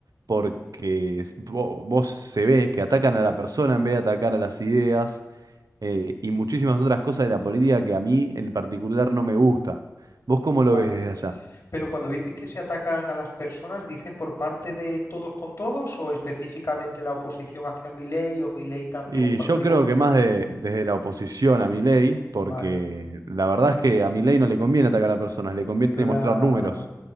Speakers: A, on the right; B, on the left.
A: porque es- vo- vos, se ve que atacan a la persona en vez de atacar a las ideas eh, y muchísimas otras cosas de la política que a mí en particular no me gusta. ¿Vos cómo lo
B: Vale.
A: ves desde allá?
B: Pero cuando dices que se atacan a las personas, ¿dices por parte de todos con todos o específicamente la oposición hacia Milei o Milei también?
A: Y
B: O Cuando
A: yo
B: digo,
A: creo que más de, desde la oposición a Milei,
B: vale,
A: porque la verdad es que a Milei no le conviene atacar a personas, le conviene
B: claro.
A: mostrar números.